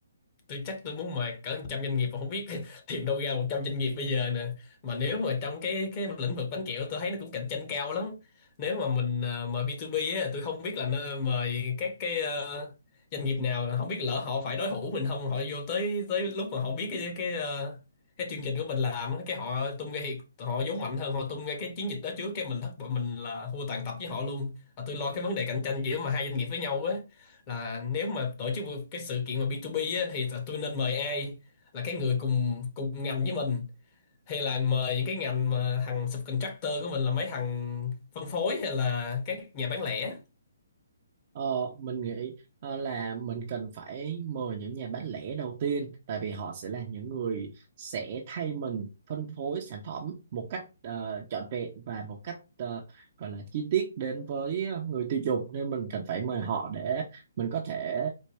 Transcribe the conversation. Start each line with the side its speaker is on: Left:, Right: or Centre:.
Left: tôi chắc tôi muốn mời cỡ 100 doanh nghiệp mà không biết <laughs> tìm đâu ra 100 doanh nghiệp bây giờ nè mà nếu mà trong cái cái lĩnh vực bánh kẹo tôi thấy nó cũng cạnh tranh cao lắm nếu mà mình à, mời B2B á tôi không biết là nó mời các cái ờ, doanh nghiệp nào không biết lỡ họ phải đối thủ mình không họ vô tới tới lúc mà họ biết cái cái ờ, cái chương trình của mình làm á, cái họ tung ra thì họ vốn mạnh hơn họ tung ra cái chiến dịch đó trước cái mình thất bại mình là thua tàn tập với họ luôn à, tôi lo cái vấn đề cạnh tranh giữa mà hai doanh nghiệp với nhau là nếu mà tổ chức một cái sự kiện mà B2B á, thì là tôi nên mời ai là cái người cùng cùng ngành với mình hay là mời những cái ngành mà thằng subcontractor của mình là mấy thằng phân phối hay là các nhà bán lẻ
Right: Ờ, mình nghĩ ờ, là mình cần phải mời những nhà bán lẻ đầu tiên tại vì họ sẽ là những người sẽ thay mình phân phối sản phẩm một cách ờ, trọn vẹn và một cách ờ, gọi là chi tiết đến với ờ, người tiêu dùng nên mình cần phải mời họ để mình có thể